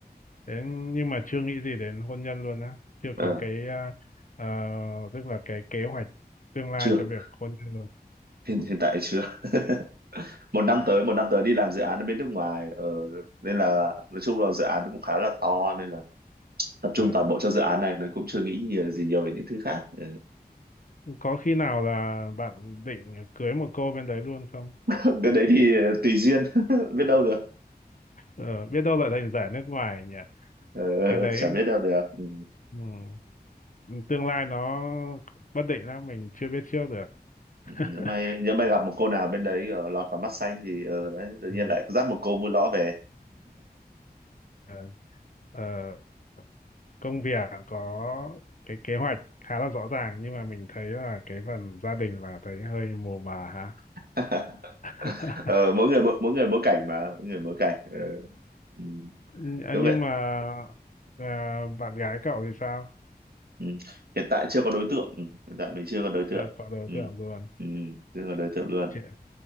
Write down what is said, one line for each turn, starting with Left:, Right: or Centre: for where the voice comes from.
Left: Thế nhưng mà chưa nghĩ gì đến hôn nhân luôn á, chưa
Right: Ờ,
Left: có cái à, ờ, tức là cái kế hoạch tương lai
Right: chưa
Left: cho việc hôn nhân luôn.
Right: hiện
Left: Ừ.
Right: hiện tại chưa <laughs> một năm tới một năm tới đi làm dự án ở bên nước ngoài ờ, nên là nói chung là dự án cũng khá là to nên là tập trung
Left: À,
Right: toàn bộ cho dự án này nên cũng chưa nghĩ nhiều- gì nhiều về những thứ khác Ừ.
Left: có khi nào là bạn định cưới một cô bên đấy luôn không?
Right: <laughs> cái đấy thì ờ, tùy duyên <laughs> biết đâu được
Left: Ờ, biết đâu lại thành giả nước ngoài nhỉ?
Right: Ờ,
Left: Cái đấy
Right: chả biết đâu được ừ.
Left: ừ, tương lai nó bất định lắm, mình chưa biết trước được. <laughs>
Right: nếu may nếu may gặp một cô nào bên đấy ờ, lọt vào mắt xanh thì ờ, đấy tự nhiên
Left: Ừ.
Right: lại dắt một cô mua ló về
Left: Ờ, ờ, công việc có cái kế hoạch khá là rõ ràng nhưng mà mình thấy là cái phần gia đình là thấy hơi mù mà hả?
Right: <laughs>
Left: <laughs>
Right: ờ, mỗi người mỗi, mỗi người mỗi cảnh mà mỗi người mỗi cảnh ờ. ừ.
Left: Nh- à,
Right: Đúng
Left: nhưng
Right: vậy
Left: mà à, bạn gái cậu thì sao
Right: ừ. Hiện tại chưa có đối tượng ừ. Hiện tại mình chưa có đối
Left: chưa
Right: tượng
Left: có đối
Right: ừ.
Left: tượng luôn
Right: Ừ. chưa có đối tượng luôn
Left: chết,